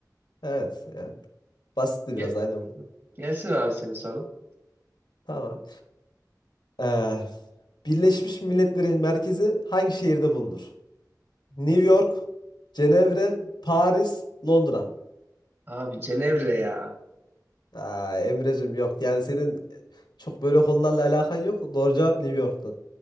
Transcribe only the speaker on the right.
Ge-
Gelsin abi senin sorun.
Abi Cenevre ya.